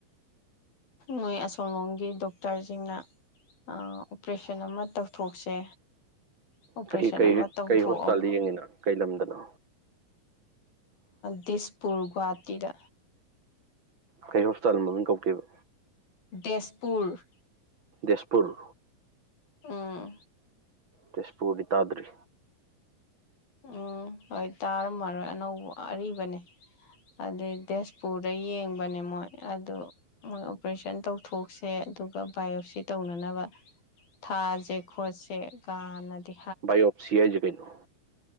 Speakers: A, on the left (about 85°); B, on the right (about 40°).
A: ꯃꯣꯏ ꯑꯁꯣꯝꯂꯣꯝꯒꯤ ꯗꯣꯛꯇꯔꯁꯤꯡꯅ ꯑꯣꯄꯔꯦꯁꯟ ꯑꯃ ꯇꯧꯊꯣꯛꯁꯦ ꯑꯣꯄꯔꯦꯁꯟ
B: ꯀꯩ ꯀꯩ
A: ꯑꯃ ꯇꯧꯊꯣꯛꯑꯒ
B: ꯀꯩ ꯍꯣꯁꯄꯤꯇꯥꯜꯗ ꯌꯦꯡꯉꯤꯅ ꯀꯩ ꯂꯝꯗꯅꯣ
A: ꯗꯤꯁꯄꯨꯔ ꯒꯨꯍꯥꯇꯤꯗ
B: ꯀꯩ ꯍꯣꯁꯄꯤꯇꯥꯜꯒꯨꯝꯕ ꯑꯗꯨꯝ ꯀꯧꯀꯦꯕ
A: ꯇꯦꯖꯄꯨꯔ
B: ꯇꯖꯄꯨꯔ
A: ꯑꯥ
B: ꯇꯦꯁꯄꯨꯗꯤ ꯇꯥꯗ꯭ꯔꯤ
A: ꯎꯝ ꯍꯣꯏ ꯇꯥꯔꯝꯃꯔꯣꯏ ꯑꯅꯧꯕ ꯑꯔꯤꯕꯅꯦ ꯑꯗꯨꯩ ꯇꯦꯁꯄꯨꯔꯗ ꯌꯦꯡꯕꯅꯦ ꯃꯣꯏ ꯑꯗꯨ ꯃꯣꯏ ꯑꯣꯄꯔꯦꯁꯟ ꯇꯧꯊꯣꯛꯁꯦ ꯑꯗꯨꯒ ꯕꯥꯏꯑꯣꯞꯁꯤ ꯇꯧꯅꯅꯕ ꯊꯥꯁꯦ ꯈꯣꯠꯁꯦ ꯀꯥꯟꯅꯗꯦ
B: ꯏ ꯑꯣꯞꯁꯤ ꯍꯥꯏꯏꯖ ꯀꯩꯅꯩꯅꯣ